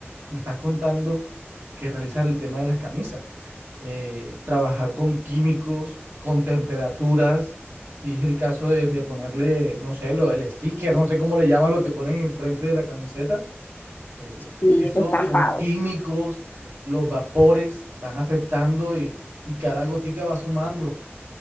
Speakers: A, on the right; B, on the left.
A: me estás contando que realizas el tema de las camisas. eh, trabajar con químicos, con temperaturas, si es el caso de, de ponerle, no sé, lo, el sticker, no sé cómo le llama lo que ponen en el frente de la camiseta, eh,
B: Sí,
A: eso
B: es estampado.
A: son químicos, los vapores van afectando y, y cada gotica va sumando.